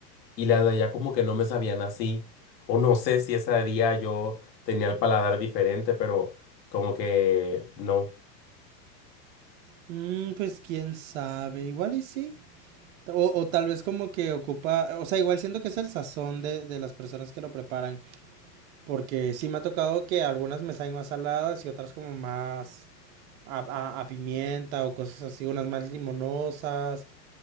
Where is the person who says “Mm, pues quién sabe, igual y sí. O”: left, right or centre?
Right